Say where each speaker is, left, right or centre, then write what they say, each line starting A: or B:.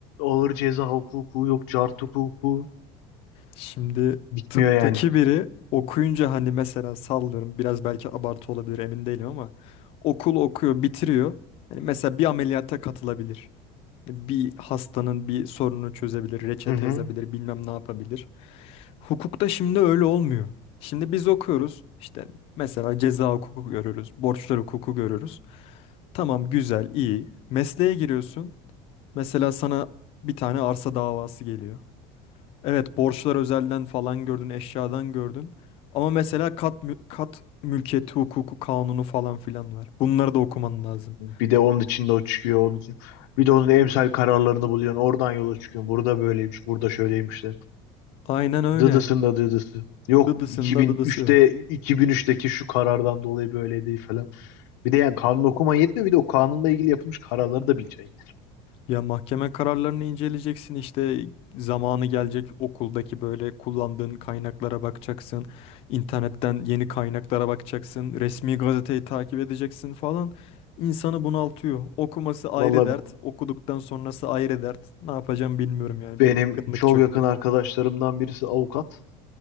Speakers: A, on the left; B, on the left.
A: Ağır ceza hukuku yok. Cart hukuku.
B: Şimdi
A: Bitmiyor
B: tıptaki
A: yani.
B: biri okuyunca hani mesela sallıyorum biraz belki abartı olabilir emin değilim ama okul okuyor bitiriyor. Hani mesela bir ameliyata katılabilir. Bir hastanın bir sorununu çözebilir, reçete
A: Hı hı.
B: yazabilir, bilmem ne yapabilir. Hukukta şimdi öyle olmuyor. Şimdi biz okuyoruz işte mesela ceza hukuku görüyoruz, borçlar hukuku görüyoruz. Tamam güzel, iyi. Mesleğe giriyorsun. Mesela sana bir tane arsa davası geliyor. Evet borçlar özelden falan gördün, eşyadan gördün. Ama mesela kat, mü- kat mülkiyeti hukuku kanunu falan filan var. Bunları da okuman lazım.
A: Bir de onun içinde o çıkıyor. Onun için. Bir de onun emsal kararlarını buluyorsun. Oradan yola çıkıyorsun. Burada böyleymiş. Burada şöyleymiş.
B: Aynen öyle.
A: Dıdısın da dıdısı. Yok
B: Dıdısında
A: 2003'te
B: dıdısı.
A: 2003'teki şu karardan dolayı böyle değil falan. Bir de yani kanun okuman yetmiyor bir de o kanunla ilgili yapılmış kararları da bileceksin.
B: Ya mahkeme kararlarını inceleyeceksin işte zamanı gelecek okuldaki böyle kullandığın kaynaklara bakacaksın. İnternetten yeni kaynaklara bakacaksın. Resmi gazeteyi takip edeceksin falan. İnsanı bunaltıyor. Okuması ayrı
A: Valla
B: dert, okuduktan sonrası ayrı dert. Ne yapacağım bilmiyorum yani
A: benim
B: bir bıkkınlık
A: çok
B: çöktü.
A: yakın arkadaşlarımdan birisi avukat.